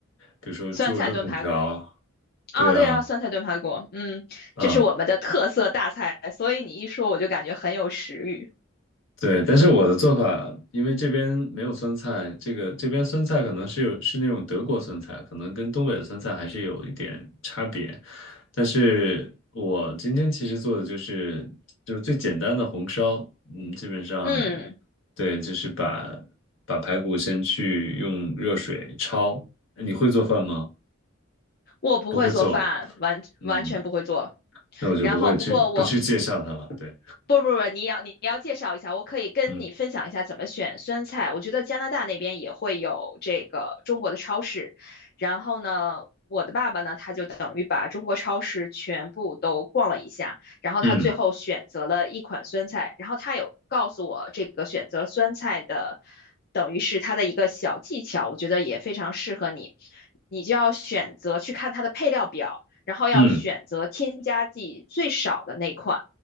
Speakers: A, on the left; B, on the left.
A: 比如说猪肉炖粉条，
B: 酸菜炖排骨。
A: 对啊，
B: 啊，对啊，酸菜炖排骨，嗯，
A: 啊、
B: 这是我们的特色大菜，所以你一说我就感觉很有食欲。
A: 对，但是我的做法，因为这边没有酸菜，这个这边酸菜可能是有是那种德国酸菜，可能跟东北的酸菜还是有一点差别。但是我今天其实做的就是就是最简单的红烧，嗯，基本上
B: 嗯，
A: 对，就是把把排骨先去用热水焯。你会做饭吗？
B: 我不会做饭，
A: 不会做，
B: 完完全不会做。
A: 嗯，那我就不会去不去介绍它了。
B: 然后不过我
A: 对，
B: 不不不，你要你要介绍一下，我可以跟你分享一下怎么选酸菜。
A: 嗯
B: 我觉得加拿大那边也会有这个中国的超市，然后呢，我的爸爸呢，他就等于把中国超市全部都逛了一下，然后他最后选择了一款酸菜，
A: 嗯
B: 然后他有告诉我这个选择酸菜的，等于是他的一个小技巧，我觉得也非常适合你。你就要选择去看它的配料表，然后要选择添加剂最少的那款。
A: 嗯，